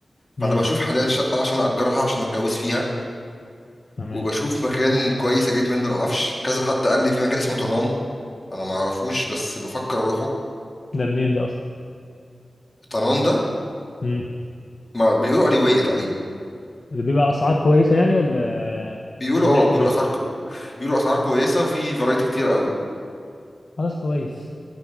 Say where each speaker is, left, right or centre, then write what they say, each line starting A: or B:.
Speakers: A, on the left; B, on the left.
A: امم
B: فانا بشوف حاليا شقه عشان اجرها عشان اتجوز فيها
A: تمام
B: وبشوف مكان كويس اجيب منه العفش كذا حد قال لي في مكان اسمه طنان انا ما اعرفوش بس بفكر اروحه
A: ده منين ده اصلا
B: طنان ده
A: امم
B: ما بيقولوا علوية تقريبا
A: اللي بيبقى اسعار كويسه يعني ولا
B: بيقولوا
A: من
B: اه
A: ناحيه
B: بيقولوا
A: ايه
B: اسعار كو... بيقولوا اسعار
A: مم.
B: كويسة وفي فرايتي كتير قوي
A: خلاص كويس